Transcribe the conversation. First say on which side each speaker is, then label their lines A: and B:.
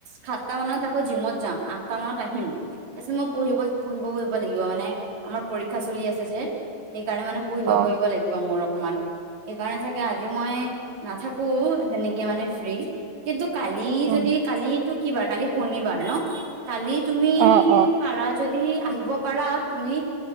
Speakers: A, on the right; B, on the right.
A: সাতটা মানত আকৌ জিমত যাম। আঠটা মানত আহিম। তাৰপিছত মই পঢ়িব-পঢ়িব কৰিব লাগিব মানে আমাৰ পৰীক্ষা চলি আছে যে। সেইকাৰণে মানে পঢ়িব-পঢ়িব
B: অ
A: লাগিব। মূৰত অকমান, সেইকাৰণে চাগে আজি মই নাথাকো তেনেকে মানে ফ্ৰী। কিন্তু কালি
B: অ
A: যদি, কালিতো কি বাৰ? কালি শনিবাৰ ন? কালি তুমি
B: অ', অ',
A: পাৰা যদি, আহিব পাৰা তুমি